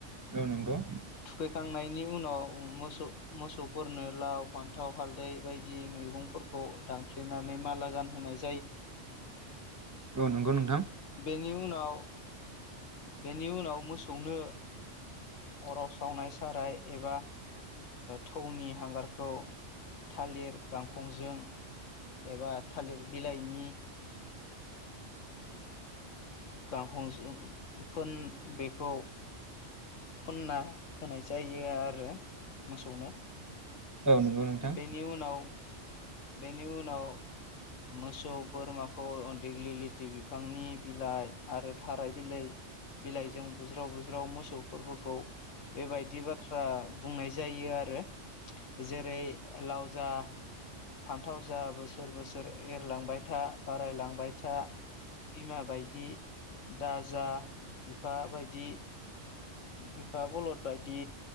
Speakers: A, on the right; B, on the left.
A: औ नंगौ
B: फैखांनायनि उनाव मोसौ मोसौफोरनो लाव फान्थाव हालदै बायदि बिदि मैगंफोरखौ दानफ्लेनानै माला गान होनाय जायो
A: औ नंगौ नोंथां
B: बेनि उनाव बेनि उनाव मोसौनो अराव सावनाय साराय एबा थौनि हांगारखौ थालिर गांखंजों एबा थालिर बिलाइनि गांखंजों बेखौ फुनना होनाय जायो आरो मोसौनो
A: औ नंगौ नोंथां
B: बेनि उनाव बेनि उनाव मोसौ बोरमाखौ दिग्लिलि थि बिफांनि बिलाइ आरो थाराय बिलाइ बिलाइजों बुज्राव बुज्राव मोसौ फोरबोखौ बेबायदि बाथ्रा बुंनाय जायो आरो जेरै लाव जा फान्थाव जा बोसोर बोसोर एरलांबाय था बारायलांबाय था बिमा बायदि दाजा बिफा बायदि बिफा बलद बायदि